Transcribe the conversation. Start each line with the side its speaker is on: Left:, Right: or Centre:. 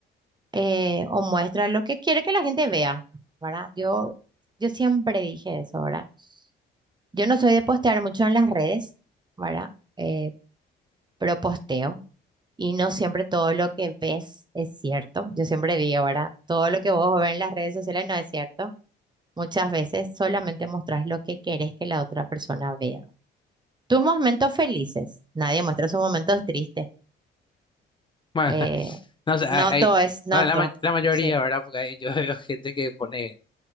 Right: eh, o muestra lo que quiere que la gente vea, ¿verdad? Yo, yo siempre dije eso, ¿verdad? Yo no soy de postear mucho en las redes, ¿verdad? Eh, pero posteo. Y no siempre todo lo que ves es cierto. Yo siempre digo, ¿verdad? Todo lo que vos ves en las redes sociales no es cierto. Muchas veces solamente mostrás lo que querés que la otra persona vea. Tus momentos felices. Nadie muestra sus momentos tristes.
Left: Bueno,
Right: Eh,
Left: <laughs> no sé, hay,
Right: no
Left: hay-
Right: todo es, no
Left: bueno, la,
Right: todo.
Left: ma- la mayoría,
Right: Sí.
Left: ¿verdad? Porque hay- yo veo gente que pone